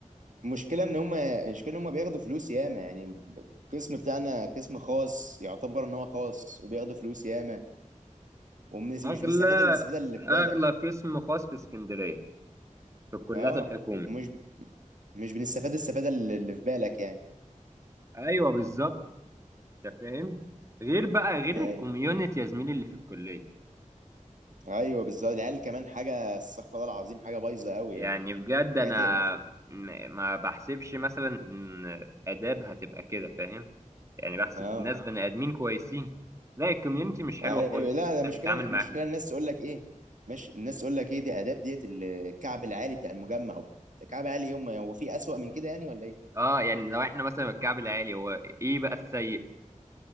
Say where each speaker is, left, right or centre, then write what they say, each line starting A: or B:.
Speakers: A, on the right (about 70°); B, on the right (about 20°).
A: المشكله ان هم المشكله ان هم بياخدوا فلوس ياما يعني القسم بتاعنا قسم خاص يعتبر ان هو خاص وبياخدوا فلوس ياما ومش
B: أغلى
A: مش بنستفاد الاستفاده اللي في بالك
B: أغلى قسم خاص في اسكندرية في الكليات
A: اه
B: الحكومي
A: ومش ب- مش بنستفاد الاستفاده اللي اللي في بالك يعني
B: أيوه بالظبط أنت فاهم غير بقى غير
A: ايوه
B: الكوميونتي يا زميلي اللي في الكلية
A: ايوه بالظبط العيال كمان حاجه استغفر الله العظيم حاجه بايظه قوي
B: يعني
A: يعني
B: بجد أنا
A: حاجه تقرف
B: م- ما بحسبش مثلا إن آداب هتبقى كده فاهم يعني بحسب
A: اه
B: ناس بني آدمين كويسين لا الكوميونتي مش حلوة
A: ايوه
B: خالص
A: لا
B: إن
A: ده
B: أنت
A: مشكله
B: تتعامل معاهم
A: مشكله الناس تقول لك ايه ماشي الناس تقول لك ايه دي اداب ديت الكعب العالي بتاع المجمع الكعب العالي يوم هو في اسوأ من كده يعني ولا ايه؟
B: اه يعني لو احنا مثلا الكعب العالي هو ايه بقى السيء